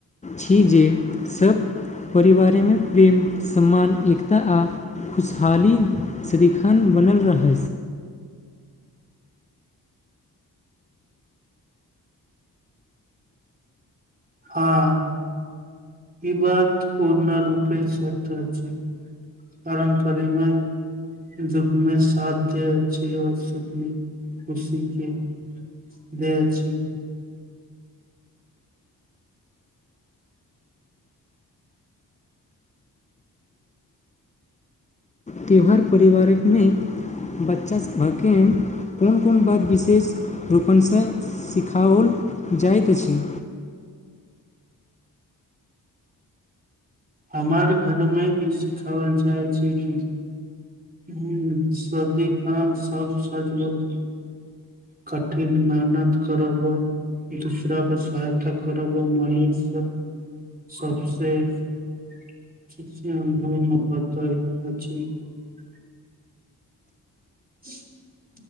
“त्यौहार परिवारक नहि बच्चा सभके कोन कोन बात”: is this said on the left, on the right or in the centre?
Left